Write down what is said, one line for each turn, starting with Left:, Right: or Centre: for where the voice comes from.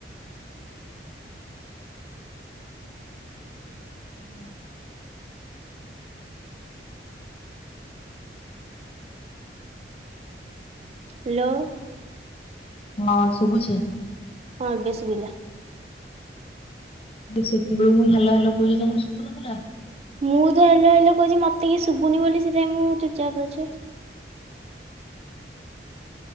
Left: ହାଲୋ।
Right: ହ୍ୟାଲୋ!
Left: ହଁ ଶୁଭୁଛି?
Right: ହଁ ବେଶ ବିଲ
Left: ସେତବେଳ ମୁଇଁ ହେଲଲା ହେଲ କହୁଛି ତମ ଶୁଭୁନ ପଲା
Right: ମୁଁ ତ ହେଲା ହେଲ କହୁଛି ମତେ କିଏ ଶୁଭୁନି ବୋଲି ସେଥିପାଇଁ ମୁଁ ଚୁପଚାପ ଅଛି।
Left: <inaudible>